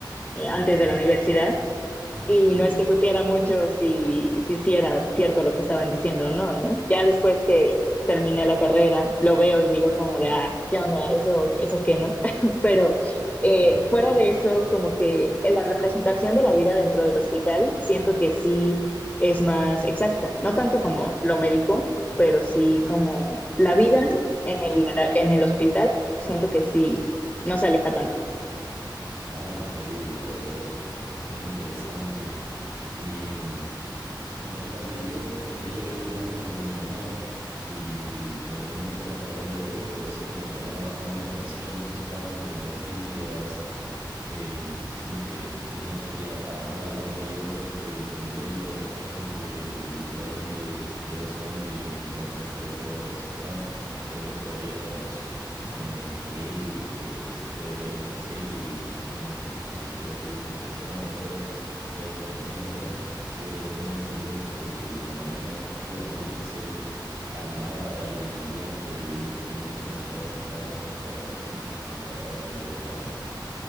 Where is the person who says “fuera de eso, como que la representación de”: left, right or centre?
Left